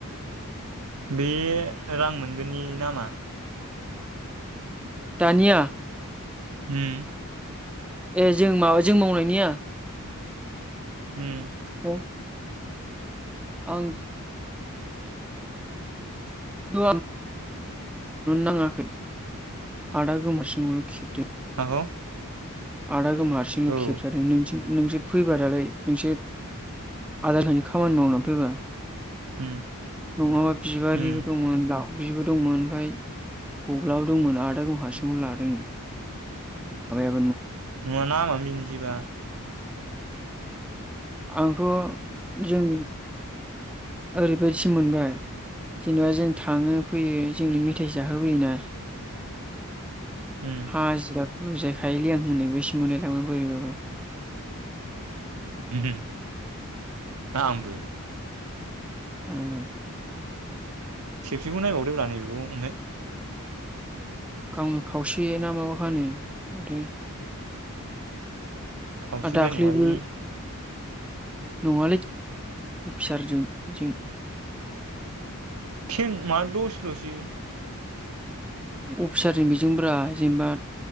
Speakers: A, on the right; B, in the centre.
A: बे रां मोनगोननि नामा
B: दानिया
A: ओम
B: ए जों माबा जों मावनायनिया
A: ओम
B: औ आं <unintelligible> नाङाखै आदा गोमोरसिंल' खेबदो
A: माखौ
B: आदा <unintelligible>
A: औ
B: खेबजादों नों <unintelligible> नोंसोर फैबादालाय नोंसोर आदा <unintelligible> खामानि मावनो फैबा
A: उम
B: नङाबा बिबारिबो
A: उम
B: <unintelligible> दंमोन आमफाय गब्लाबो दंमोन आदा गव हारसिंल' लादों नो
A: <unintelligible> <unintelligible> ओम
B: आंथ' जों ओरैबायादिसो मोनबाय जेनेबा जों थाङो फैयो जोंनो मेथाइ जाहोबोयोना
A: उम
B: हाजिरा बुजायखायोलै आं होननाय बादिसो मोनलायलाङो बोरैबा बा।
A: ओम आंबो।
B: उम।
A: खेबसेखौ नायबावदोब्रा नैबेखौ। ओमफ्राय
B: गावनो खावसे ना माबा खानो माथो।
A: खावसेद्राय
B: आरो दाख्लैबो
A: नङालि।
B: नङालै अफिसारजों बेजों।
A: टिन मा दस थ्रसि
B: अफिसारनि बेजोंब्रा जेनेबा